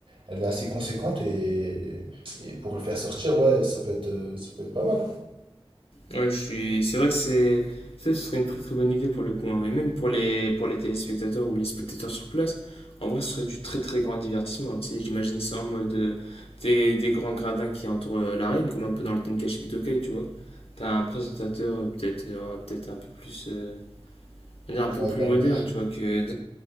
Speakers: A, on the right (about 70°); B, on the left (about 85°).
A: elle est assez conséquente et, et pour le faire sortir, ouais, ça peut être, euh, ça peut être pas mal.
B: Ouais, je suis c'est vrai que c'est ça ce serait une très très bonne idée pour le coup hein. Et même pour les pour les téléspectateurs ou les spectateurs sur place, en vrai ce serait du très très grand divertissement. Tu sais, j'imagine ça en mode euh, des, des grands gradins qui entourent euh, l'arène comme un peu dans le Tenkaichi Budokai, tu vois. T'as un présentateur euh, peut-être euh, ouais, peut-être un peu plus euh, on va dire un peu
A: hein.
B: plus
A: Ouais, pas
B: moderne,
A: mal.
B: tu vois, que